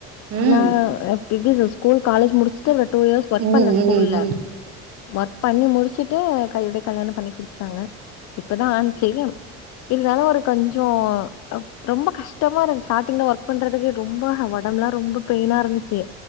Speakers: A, on the right; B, on the left.
A: ம்
B: நா <unintelligible> ஸ்கூல் காலேஜ் முடிச்சுட்டு ஒரு டூ யேஸ் ஒர்க்
A: ம்
B: பண்ண ஸ்கூல்ல
A: ம் ம்
B: ஒர்க் பண்ணி முடிச்சுட்டு கையோட்யே கல்யாணம் பண்ணி குடுத் துடாங்க இப்பதா ஆன் <unintelligible> இருந்தாலு ஒரு கொஞ்சோ ரொம்ப கஷ் ட்டமா இருக் ஸ்டாடிங்ல ஒர்க் பண்றதுக்கு ரொம்ப அ ஒடம்ப்லா ரொம்ப பெயினா இருந்துச்சு